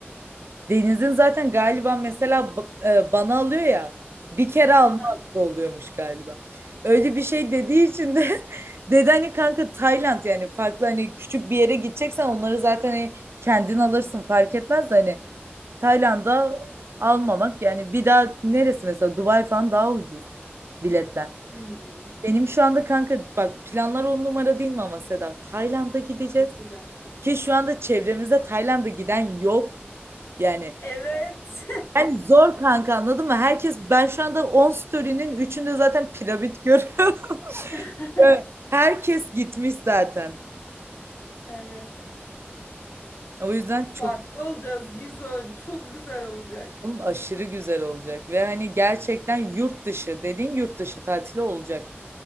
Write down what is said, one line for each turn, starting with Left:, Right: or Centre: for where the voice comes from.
Right: Deniz'in zaten galiba mesela b- e, bana alıyor ya bir kere alma
Left: Hı hı.
Right: hakkı oluyormuş galiba. Öyle bir şey dediği için de <laughs> dedi hani kanka Tayland yani farklı hani küçük bir yere gideceksen onları zaten hani kendin alırsın fark etmez de hani Tayland'a almamak yani bir daha neresi mesela Dubai falan daha ucuz biletler.
Left: Hmm,
Right: Benim şu anda kanka bak planlar on numara değil mi ama Seda Tayland'a gideceğiz
Left: çok güzel.
Right: ki şu anda çevremizde Tayland'a giden yok yani
Left: Evet.
Right: yani zor kanka anladın mı? Herkes ben şu anda 10 story'nin üçünde zaten piramit görüyorum. <laughs>
Left: <laughs>
Right: Ve herkes gitmiş zaten.
Left: Evet.
Right: O yüzden
Left: Farklı
Right: çok
Left: olacağız Gizo. Çok güzel olacak.
Right: oğlum aşırı güzel olacak ve hani gerçekten yurt dışı dediğin yurt dışı tatili olacak.